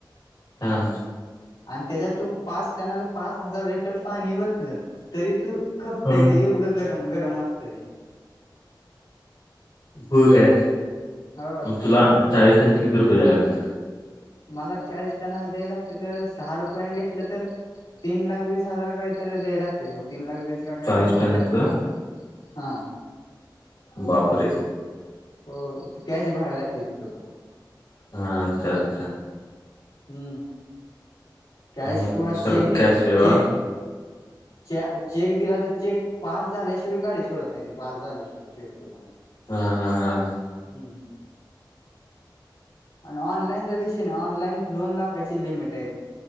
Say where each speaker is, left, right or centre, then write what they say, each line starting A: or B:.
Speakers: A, on the left; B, on the left.
A: हा.
B: आणि त्याच्यात तू पाच त्यांना पाच हजार लिटर पाणी वतलं तरी तू खपतय
A: ह
B: ते, एवढं गरम गरम असतं ते.
A: हो काय
B: हो
A: तुला चाळीस त्यांनते किती रुपये द्या लाग <unintelligible>
B: मला चाळीस त्यांनाला द्याय लागते तर. सहा रुपयाने घेतलं तर, तीन लाख वीस हजार काय सगळंच द्यायला लागत्यात तीन लाख बीस. त्याला काहीतर
A: चाळीस
B: भराय
A: टनचं
B: लागत्याती, हा.
A: बापरे
B: हो कॅश भरावी लागते तिथं पण.
A: हा अच्छा अच्छा.
B: हम्म कॅश
A: मग
B: किवा चेक
A: सगळं
B: द्यायचा,
A: कॅश व्यवहार
B: चेक च्या चेक दिला तर चेक पास झाल्याशिवाय गाडी सोडत नाही ते पास झाल्याशिवाय चेक सुद्धा
A: हा हा हा
B: हम्म. आणि ऑनलाईनचा विषय नाही ऑनलाईन दोन लाखाची लिमिट आहे